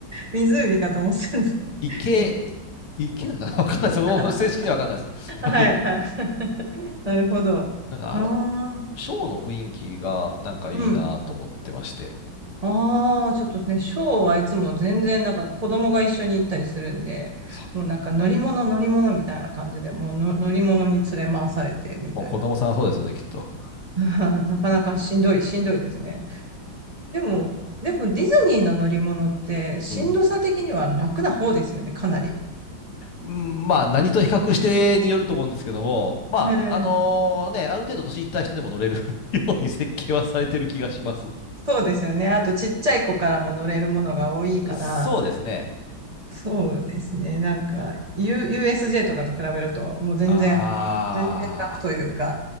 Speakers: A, on the right; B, on the left.
A: 湖かと思ってたんです。
B: 池、
A: い
B: 池なんかな <laughs> わかんないです。もう正式にはわかんないです。
A: <laughs>
B: <laughs>
A: はいはい。
B: あの、
A: なるほど。
B: なんかあれのショーの雰囲気がなんかいいなと思ってまして。
A: ああ、うん。ああ、ちょっとね、ショーはいつも全然なんか子供が一緒に行ったりするんで、
B: そう。
A: もうなんか乗り物乗り物みたいな感じで、もうの乗り物に連れ回されてみたいな。
B: もう子供さんはそうですよね、きっと。
A: <laughs> なかなかしんどい、しんどいですね。でも、でもディズニーの乗り物ってしんどさ的には楽な方ですよね、
B: うん。
A: かなり。
B: うんまあ何と比較してによると思うんですけども、まああのね、
A: うん、
B: ある程度年いった人でも乗れる <laughs> ように設計はされてる気がします。
A: そうですよね。あとちっちゃい子からも乗れるものが多いから、
B: そうですね。
A: そうですね。なんか、U、USJ とかと比べると、もう全然、
B: ああ。
A: 全然楽というか、